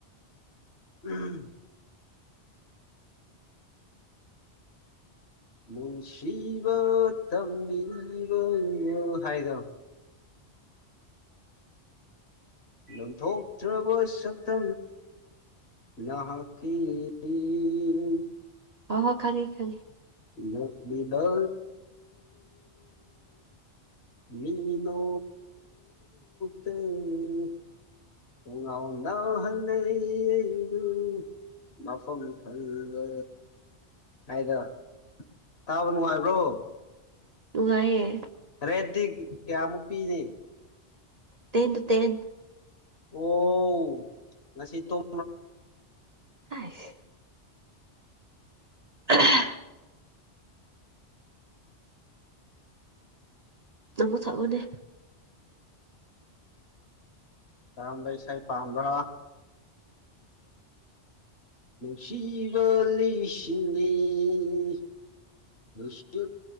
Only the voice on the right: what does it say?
ꯍ ꯍꯣ ꯈꯪꯉꯦ ꯈꯪꯉꯦ
ꯎꯒꯑꯦ <inaudible>
ꯇꯗꯨ ꯇꯦꯟ
ꯑꯁ <inaudible> <unintelligible> <unintelligible> <inaudible> ꯅꯪꯃꯨꯛ ꯊꯛꯑꯣꯅꯦ